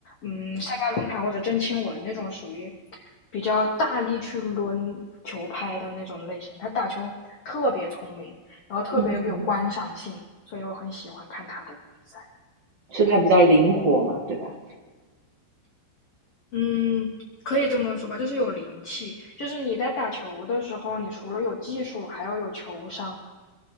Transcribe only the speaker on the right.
嗯，
是他比较灵活嘛，对吧？